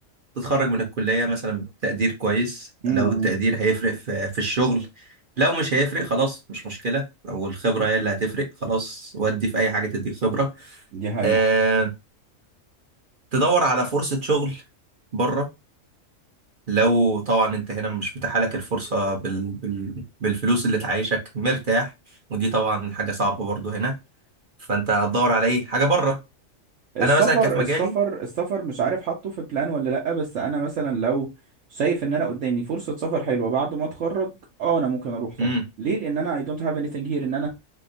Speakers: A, on the right; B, on the right.
A: تتخرج من الكلية مثلا بتقدير كويس
B: امم
A: لو التقدير هيفرق في في الشغل لو مش هيفرق خلاص مش مشكلة لو الخبرة هي اللي هتفرق خلاص ودي في أي حاجة تديك خبرة
B: دي حقيقة
A: آه، تدور على فرصة شغل بره لو طبعا انت هنا مش متاحة لك الفرصة بال... بال... بالفلوس اللي تعيشك مرتاح ودي طبعا حاجة صعبة برضو هنا فانت هتدور على ايه حاجة بره
B: السفر
A: انا مثلا كان في
B: السفر
A: مجالي
B: السفر مش عارف حاطه في بلان ولا لأ بس انا مثلا لو شايف ان انا قدامي فرصة سفر حلوة بعد ما اتخرج اه انا ممكن اروح طبعا
A: امم
B: ليه لان انا I don't have anything here ان انا